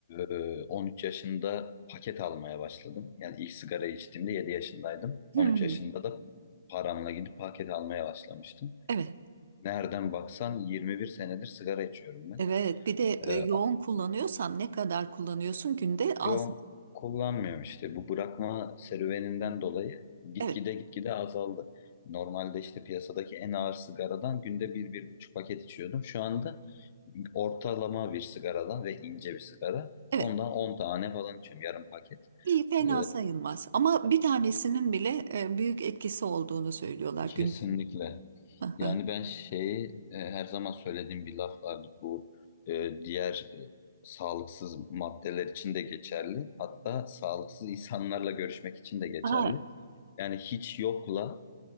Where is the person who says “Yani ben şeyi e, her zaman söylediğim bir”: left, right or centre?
Left